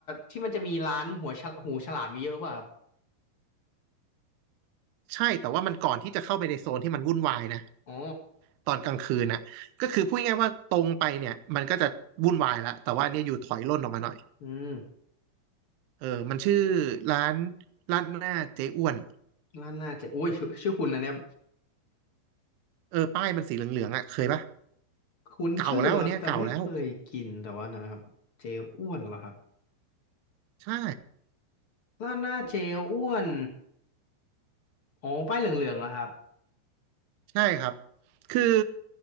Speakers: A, on the left (about 85°); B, on the right (about 85°).
A: ที่มันจะมีร้านหัวฉลหูฉลามเยอะๆป่ะครับ
B: ใช่แต่ว่ามันก่อนที่จะเข้าไปในโซนที่มันวุ่นวายนะ
A: อ๋อ
B: ตอนกลางคืนน่ะก็คือพูดง่ายๆว่าตรงไปเนี่ยมันก็จะวุ่นวายละแต่ว่าเนี่ยอยู่ถอยร่นออกมาหน่อย
A: อืม
B: เออมันชื่อร้านร้านหน้าเจ๊อ้วน
A: ร้านน่าจะอุ้ยชื่อชื่อคุณนะเนี่ย
B: เออป้ายมันสีเหลืองๆอ่ะเคยปะ
A: คุ้นชื่อครับแต่ไม่เคยกินแต่ว่านะครับเจลอ้วนเหรอครับ
B: เก่าแล้วอันเนี้ยเก่าแล้วใช่
A: ร้านหน้าเจลอ้วนอ๋อป้ายเหลืองๆเหรอครับ
B: ใช่ครับคือ